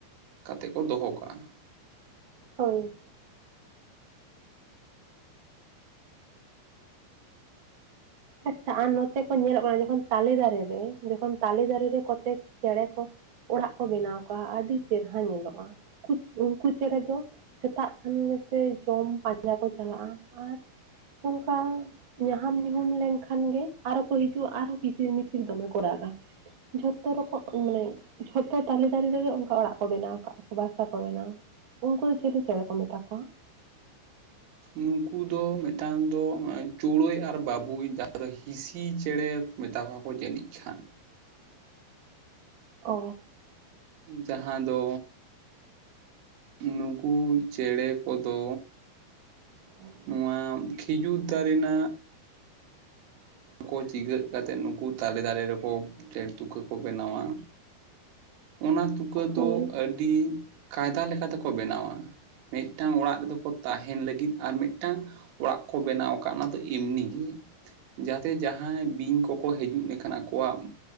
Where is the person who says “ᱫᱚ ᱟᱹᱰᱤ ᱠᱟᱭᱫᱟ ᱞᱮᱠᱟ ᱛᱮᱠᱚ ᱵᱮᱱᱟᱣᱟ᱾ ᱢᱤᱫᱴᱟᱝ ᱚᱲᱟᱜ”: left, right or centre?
Right